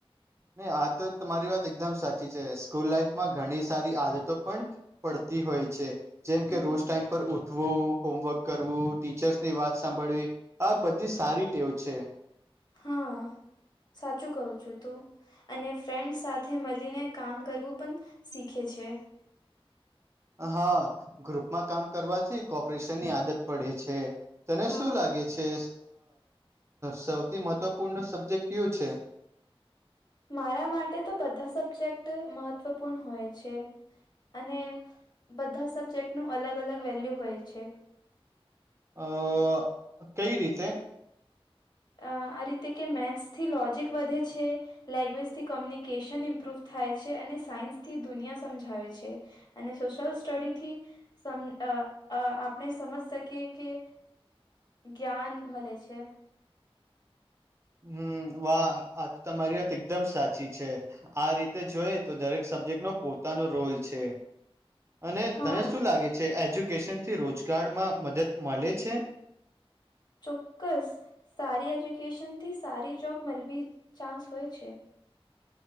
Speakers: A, on the right; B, on the left.
A: ન આ તો તમારી વાત એકદમ સાચી છે સ્કૂલ લાઈફ માં ઘણી સારી આદતો પણ પડતી હોય છે જેમ
B: હમ
A: કે રોજ ટાઈમ પર ઉઠવું, હોમવર્ક કરવું. ટીચર્સ ની વાત સાંભળવી આ બધી સારી ટેવ છે.
B: હા સાચું કવું છું તું અને ફ્રેન્ડ્સ સાથે મળીને કામ કરવું પણ શીખે છે.
A: હા ગ્રુપમાં કામ કરવાથી કોપરેશનની આદત પડે છે. તને
B: હા
A: શું લાગે છે સૌથી મહત્વપૂર્ણ સબ્જેક્ટ કયુ છે
B: મારા માટે તો બધા સબ્જેક્ટ મહત્વપૂર્ણ હોય છે. અને બધા સબ્જેક્ટ નું અલગ અલગ વેલ્યુ હોય છે.
A: અ કઈ રીતે <inaudible>
B: આ રીતે કે મેથ્સથી લોજિક વધે છે. લેંગ્વેજથી કોમ્યુનિકેશન ઇમ્પ્રુવ થાય છે અને સાયન્સ થી દુનિયા સમજાવે છે. અને સોશિયલ સ્ટડી થી સમ અ અ આપણે સમજ શકીએ કે જ્ઞાન મળે છે.
A: હમ્મ વાહ આ તમારી વાત એકદમ સાચી છે. આ રીતે જોઈ તો દરેક સબ્જેક્ટ નો પોતાનો રોલ છે. અને
B: હા
A: તને શું લાગે છે એજ્યુકેશન થી રોજગારમાં મદદ મળે છે.
B: ચોક્કસ સારી એજ્યુકેશનથી સારી જોબ મળવી ચાન્સ હોય છે.